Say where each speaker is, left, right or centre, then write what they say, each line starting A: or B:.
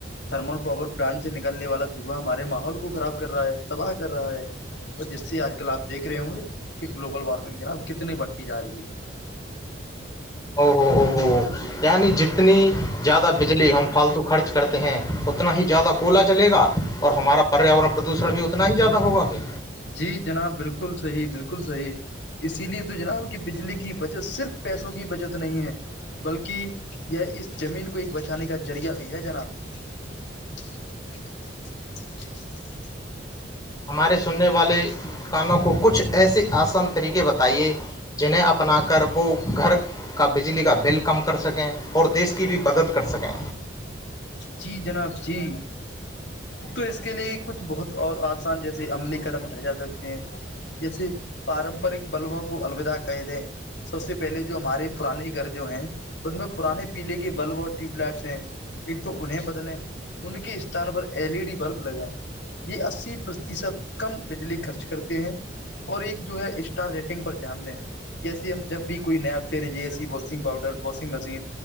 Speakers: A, on the left (about 65°); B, on the left (about 20°).
A: تھرمل پاور پلانٹ سے نکالنے والا دھوا ہمارے ماحول کو خراب کر رہا ہے تباہ کر رہا ہے تو جس سے آج کل آ دیکھ رہے ہوں گے کہ گلوبل وارمنگ جرب کتنی بڑھتی جا رہی ہے
B: او ہو ہو ہو یعنی جتنی زیادہ بجلی ہم فالتو خرچ کرتے ہیں اتنا ہی زیادہ کولا چلے گا اور ہمارا پریاورن پردوشن بھی اتنا ہی زیادہ ہوگا کہ
A: جی جناب بالکل صحیح بالکل صحیح اسی لیے تو جناب کہ بجلی کی بچت صرف پیسوں کی بچت نہیں ہے بلکہ یہ اس زمین کو ایک بچانے کا ذریعہ بھی ہے جناب <unintelligible>
B: ہمارے سننے والے کانوں کو کچھ ایسے آسان طریقے بتائیے جن اپنا کربو گھر کا بجلی کا بل کم کر سکیں اور دیس کی بھی مدد کر سکیں
A: جی جناب جی تو اس کے لیے کچھ بہت اور آسان جیسے عملی قدم اٹھائے جا سکتے ہیں جیسے پارمپرک بلبوں کو الوداع کہہ دیں سب سے پہلے جو ہمارے پرانے گھر جو ہیں ان میں پرانے پیلے کے بلب اور ٹیوب لائٹس ہیں ایک تو انہیں بدلے ان کے استان پر ایل ای ڈی بلب لگائے یہ اسی پرتیشت کم بجلی خرچ کرتے ہیں اور ایک جو ہے اسٹار ریٹنگ پر دھیان دیں جیسیے ہم جب بھی کوئی نیپ پھیرےیے ایسی واسنگ پاؤڈر واسنگ مشین